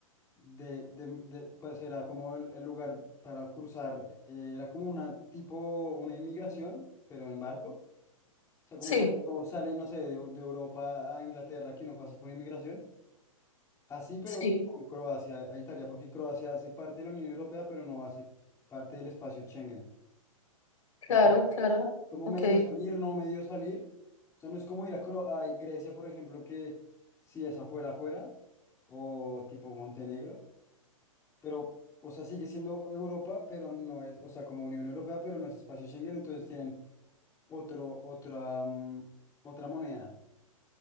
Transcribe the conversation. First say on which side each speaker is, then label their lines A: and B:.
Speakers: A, on the left; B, on the left.
A: de, de- de- pues era como el, el lugar para cruzar, eh, era como una tipo, una inmigración, pero en barco. O sea, como
B: Sí,
A: cuando uno sale, no sé, de, de Europa a Inglaterra, que uno pasa por inmigración. Así, pero
B: sí,
A: con Croacia a Italia, porque Croacia hace parte de la Unión Europea, pero no hace parte del espacio Schengen.
B: claro,
A: Entonces,
B: claro.
A: como
B: Ok.
A: medio salir, no medio salir? O sea, no es como ir a, Cro- a Grecia, por ejemplo, que si es afuera, afuera, o tipo Montenegro, pero, o sea, sigue siendo Europa, pero no es, o sea, como Unión Europea, pero no es espacio Schengen, entonces tienen otro, otra, mm, otra moneda.